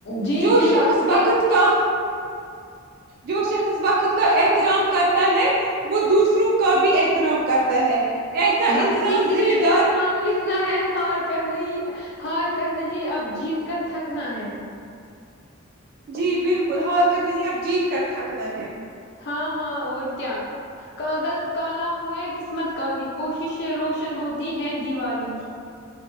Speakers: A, on the left; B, on the right.
A: جی
B: جو
A: جی
B: شخص
A: کی
B: وقت کا جو شخص وقت کا احترام کرتا ہے وہ دوسروں کا بھی احترام کرتا ہے ایسا
A: وقت
B: انسان
A: کی سلیٹ
B: ذمہ دار
A: پر نام لکھنا ہے ہار کر نہیں ہار کر نہیں اب جیت کر تھکنا ہے
B: جی بالکل ہ کر نہیں اب جیت کر تھکنا ہے
A: ہاں ہاں اور کیا کاغذ کالا ہو یا قسمت کالی کوشش روشن ہوتی ہے دیوالی